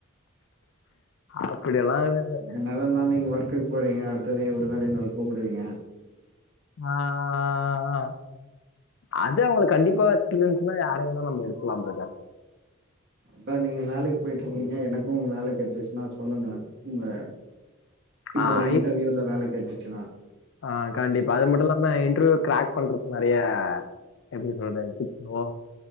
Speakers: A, on the left; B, on the right.
A: அப்படியெல்லாம் இல்ல.
B: என்னதா இருந்தாலு நீங்க ஒர்க்குக்கு போறீங்க அடுத்ததையு எப்டி இருந்தாலு எங்கள கூப்பிடுவீங்க
A: ஆ ஆ அது அவங்க கண்டிப்பா எக்ஸ்பீரியன்ஸ்னா யார வேணுனாலு நம்ப எடுக்கலா ப்ரதர்
B: சார் நீங்க வேலைக்கு போயிட்டு இருக்கீங்க எனக்கும் வேல கெடச்சுச்சுன்னா சொல்லுங்க வே இப்ப
A: ஆ
B: ஒரு இன்டர்வியூல
A: இ
B: வேல கெட்சுச்சுனா
A: ஆ கண்டிப்பா அது மட்டு இல்லாம இன்டர்வியூ கிராக் பண்றக்கு நெறய எப்டி சொல்ற டிப்சோ